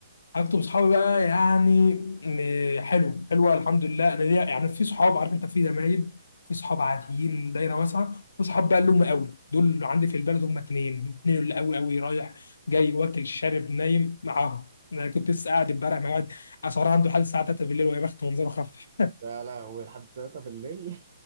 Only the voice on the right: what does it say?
يا لهوي لحد 3 بالليل